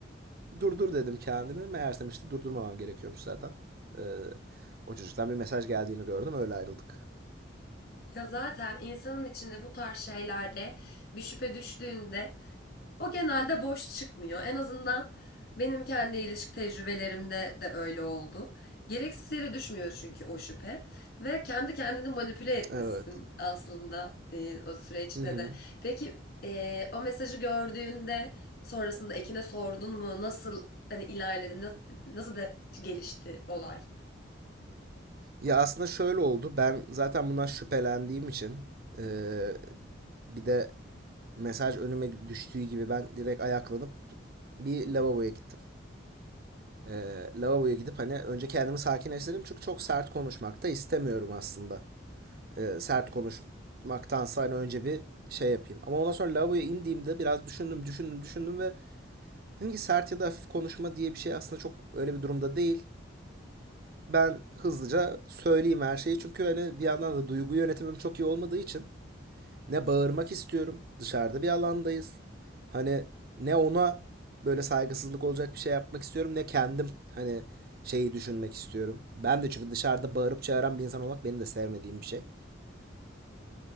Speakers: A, on the right; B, on the left.
A: Durdur dedim kendini. Meğersem işte durdurmamam gerekiyormuş zaten. Ee, o çocuktan bir mesaj geldiğini gördüm. Öyle ayrıldık.
B: Ya zaten insanın içinde bu tarz şeylerde bir şüphe düştüğünde O genelde boş çıkmıyor. En azından benim kendi ilişki tecrübelerimde de öyle oldu. Gereksiz yere düşmüyor çünkü o şüphe. Ve kendi kendini manipüle etmişsin
A: Evet.
B: aslında e, o süreçte
A: Hı hı.
B: de. Peki e, o mesajı gördüğünde sonrasında Ekin'e sordun mu? Nasıl hani ilerledi? Nasıl, nasıl da gelişti olay?
A: Ya aslında şöyle oldu. Ben zaten bundan şüphelendiğim için ee, bir de mesaj önüme düştüğü gibi ben direkt ayaklanıp bir lavaboya gittim. Ee, lavaboya gidip hani önce kendimi sakinleştirdim çünkü çok sert konuşmak da istemiyorum aslında. e, sert konuşmaktansa hani önce bir şey yapayım. Ama ondan sonra lavaboya indiğimde biraz düşündüm, düşündüm, düşündüm ve dedim ki sert ya da hafif konuşma diye bir şey aslında çok öyle bir durumda değil. Ben hızlıca söyleyeyim her şeyi çünkü hani bir yandan da duygu yönetimim çok iyi olmadığı için ne bağırmak istiyorum. Dışarıda bir alandayız. Hani ne ona böyle saygısızlık olacak bir şey yapmak istiyorum ne kendim hani şeyi düşünmek istiyorum. Ben de çünkü dışarıda bağırıp çağıran bir insan olmak benim de sevmediğim bir şey.